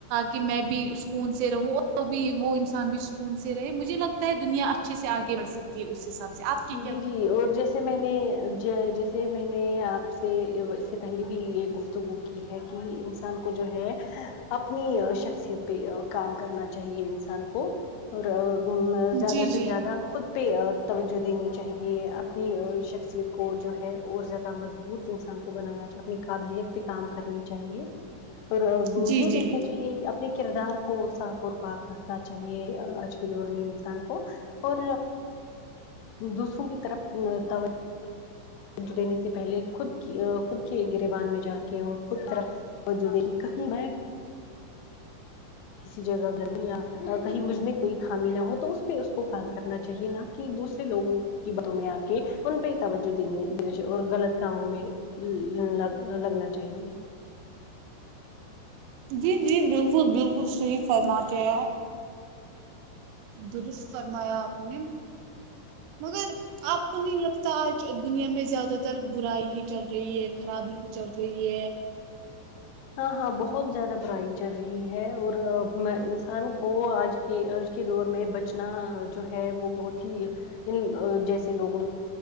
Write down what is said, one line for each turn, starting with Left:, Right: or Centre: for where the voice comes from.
Right: کہ میں بھی اسکون سے رہوں تو بھی وہ انسان بھی سکون سے رہے مجھے لگتا ہے دنیا اچھے سے آگے بڑھ سکتی ہے اس حساب سے آپ کی
Left: جی جی اور جیسے میں ج جیسے سے میں نے آپ سے اس سے پہلے بھی یہ گفتگو کی ہے کہ انسان کو جو ہے اپنی شخصیت پہ کام کرنا چاہیے انسان کو اور مے زیادہ
Right: جی
Left: سے
Right: جی
Left: زیادہ خود پہ توجہ دینی چاہیے اپنی شخصیت کو جو ہے اور زیادہ مضبوط انسان کو بنانا چ جو اپنی قابلیت پہ کام کرنی چاہیے اور
Right: جی
Left: یہ
Right: جی
Left: دیکھ اپنے کردار کو صاپ اور پاک رکھنا چاہیے آج کے دور میں انسان کو اور دوسروں کی طرف تو دینے سے پہلے خود کی خود کے گریبان میں جنکھئے کے اور خود کر مجود کہیں میں کسی جگہ گرمیا کہیں مجھ میں کوئی خامی نہ ہو تو اس پہ اس کو کام کرنا چاہیے نا کی دوسرے لوگوں کی باتوں میں آ کے ان پہ توجہ دینے دین چاہیے اور غلط کاموں میں ل ل لگنا چاہیے
Right: جی جی بالکل بالکل صحیح فرماتے ہیں درست فرمایا آپ نے مگر آپ کو نہیں لگتا آج دنیا میں زیادہ تر برائی ہی چل رہی ہے خرابی بھی چل رہی ہے
Left: ہاں ہاں بہت زیادہ برائی چل رہی ہے اور انسان کو آج کہ آج کے دور میں بچنا جو ہے وہ بہت ہی ان جیسے لوگوں